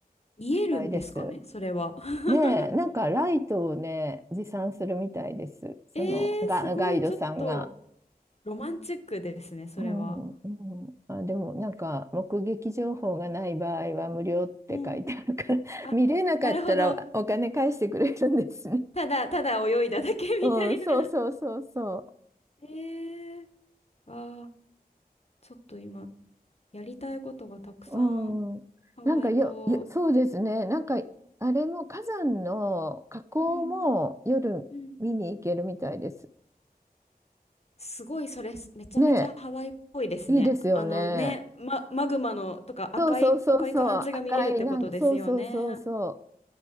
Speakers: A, on the left; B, on the right.
A: 見えるんですかね、
B: あれです。
A: それは。<laughs>
B: ねえ、なんか、ライトをね、持参するみたいです。その、
A: えー、
B: ガ、
A: すごい、
B: ガイドさんが。
A: ちょっとロマンチックですね、それは。
B: うん、うん。あ、でも、なんか、目撃情報がない場合は無料って書いてあるから、
A: うん。
B: <laughs>
A: あ、
B: 見れなかったらお金返してくれるんですね。
A: なるほど。ただ、ただ泳いだだけ <laughs> みたいな。
B: うん、そうそうそうそ
A: <laughs> えー、あー、ちょっと今、やりたいことがたくさん、
B: う。うん。
A: ハワイと、
B: なんかよ、よ、そうですね。なんか、あれも火山の火口も夜見に行けるみたいです。
A: うん。うんすごいそれすめちゃめちゃハワイっぽいですね。
B: ねえ、いいですよね。
A: あのね、マ、マグマのとか赤い、
B: そうそうそうそう。
A: 赤い感じが見れるってことですよね。
B: 赤い、なんか、そうそうそうそう。